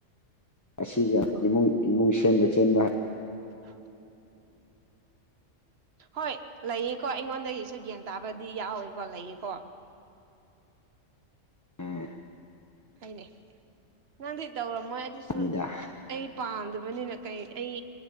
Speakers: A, on the left; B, on the right.
A: ꯑꯁꯤꯒ ꯏꯃꯨꯡ ꯏꯃꯨꯡ ꯁꯦꯝꯕ ꯆꯦꯟꯕ ꯍꯥꯏ
B: <unintelligible> ꯍꯣꯏ ꯂꯩꯌꯦꯀꯣ ꯑꯩꯉꯣꯟꯗꯒꯤꯁꯨ ꯒ꯭ꯌꯥꯟ ꯇꯥꯕꯗꯤ ꯌꯥꯎꯋꯦꯀꯣ ꯂꯩꯌꯦꯀꯣ
A: ꯎꯝ
B: ꯍꯥꯏꯅꯦ ꯅꯪꯗꯤ ꯇꯧꯔꯝꯃꯣꯏ ꯑꯗꯨꯁꯨ
A: ꯍꯥꯏꯅꯤꯗ
B: ꯑꯩ ꯄꯥꯝꯗꯕꯅꯤꯅ ꯀꯩ ꯑꯩ